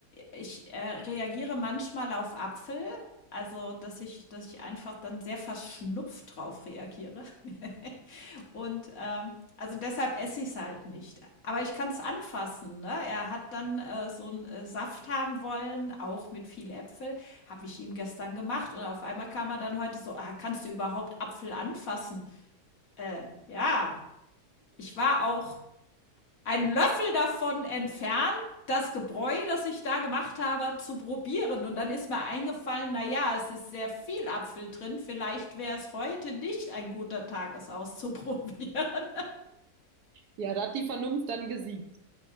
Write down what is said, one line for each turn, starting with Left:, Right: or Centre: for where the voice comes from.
Left: ich äh, reagiere manchmal auf Apfel, also dass ich, dass ich einfach dann sehr verschnupft drauf reagiere. <laughs> Und ähm, also deshalb esse ich es halt nicht. Aber ich kann es anfassen. Ne? Er hat dann äh, so einen äh, Saft haben wollen, auch mit viel Äpfel. Habe ich ihm gestern gemacht. Und auf einmal kam er dann heute so, ah, kannst du überhaupt Apfel anfassen? Äh, ja, ich war auch einen Löffel davon entfernt, das Gebräu, das ich da gemacht habe, zu probieren. Und dann ist mir eingefallen, naja, es ist sehr viel Apfel drin. Vielleicht wäre es heute nicht ein guter Tag, es auszuprobieren. <laughs>
Right: Ja, da hat die Vernunft dann gesiegt.